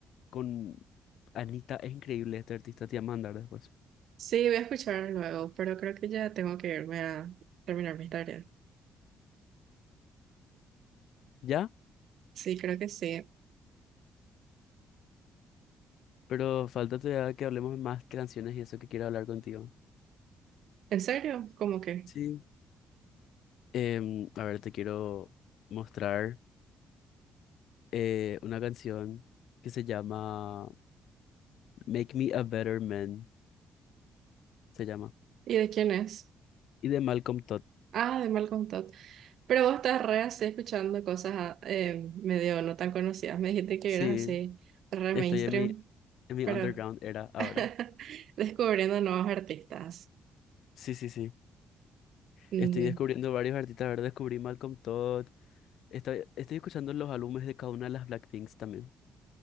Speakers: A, on the left (about 75°); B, on the right (about 70°).
A: con Anita, es increíble este artista, te voy a mandar después.
B: sí, voy a escuchar luego, pero creo que ya tengo que irme a terminar mi tarea.
A: ¿Ya?
B: Sí, creo que sí.
A: Pero falta todavía que hablemos más canciones y eso que quiero hablar contigo.
B: ¿En serio? ¿Cómo que?
A: Sí. Em, a ver, te quiero mostrar. eh, una canción que se llama Make Me a Better Man, se llama.
B: ¿Y de quién es?
A: Y de Malcolm Todd.
B: Ah, de Malcolm Todd. Pero vos estás re así escuchando cosas ah, eh, medio no tan conocidas. Me dijiste que
A: Sí,
B: eras así re
A: estoy
B: mainstream,
A: en mi, en mi
B: pero
A: underground era ahora.
B: <laughs> descubriendo nuevos artistas.
A: Sí, sí, sí.
B: Ujú.
A: Estoy descubriendo varios artistas. Ahora descubrí Malcolm Todd. Estoy, estoy escuchando los álbumes de cada una de las Blackpinks también.